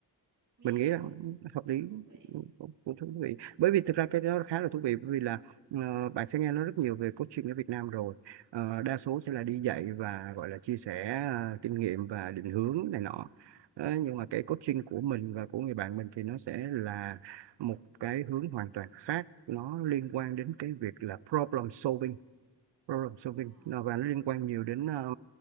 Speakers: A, on the right; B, on the right.
A: nghe
B: mình nghĩ
A: cũng
B: rằng hợp
A: cũng
B: lý
A: thú vị
B: ừ, cũng cũng thú vị bởi vì thực ra cái đó khá là thú vị bởi vì là ờ, bạn sẽ nghe nói rất nhiều về coaching ở Việt Nam rồi Ờ, đa số
A: đúng
B: sẽ là
A: rồi
B: đi dạy và gọi là chia sẻ ờ, kinh nghiệm và định hướng này nọ Ờ, nhưng mà cái
A: ừ.
B: coaching của mình và của người bạn mình thì nó sẽ là một cái hướng hoàn toàn khác nó liên quan đến cái việc là problem solving problem solving
A: ờ
B: Nó- và nó liên quan nhiều đến ờ,